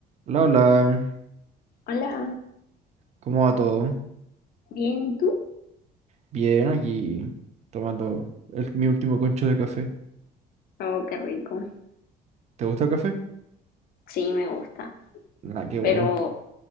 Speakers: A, on the right (about 40°); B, on the left (about 60°).
A: Hola, hola,
B: Hola,
A: ¿cómo va todo?
B: bien, ¿y tú?
A: Bien, aquí tomando el- mi último concho de café.
B: Oh, qué rico.
A: ¿Te gusta el café?
B: Sí, me gusta,
A: Ah, qué bueno.
B: pero